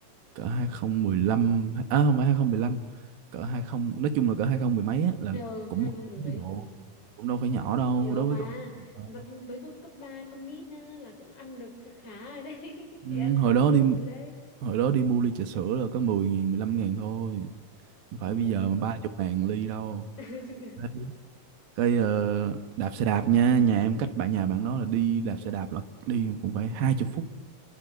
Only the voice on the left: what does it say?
Ờ,
hai
mông mười
mấy.
Ừ.
cũng
nhiều
mà
vặt mới có cấp 3 con nít á, là cũng ăn được khá khá rồi đấy <laughs>
thì ăn
vặt
các
thứ đấy
ừ
<laughs> Chụp-